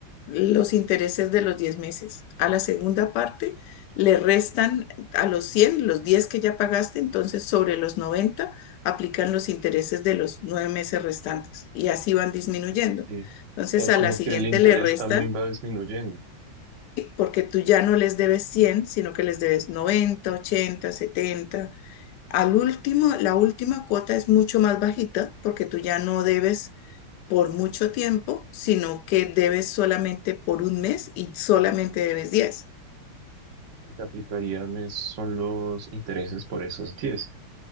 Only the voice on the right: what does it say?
Sí.
O sea,
como
que el interés
también va disminuyendo.
Y te aplicarían es- son los intereses por esos 10?